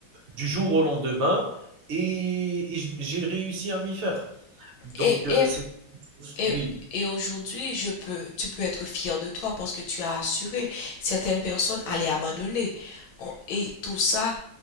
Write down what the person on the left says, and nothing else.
Et,
et,
et,
et aujourd'hui, je peux, tu peux être fier de toi parce que tu as assuré. Certaines personnes allaient abandonner. On- Et tout ça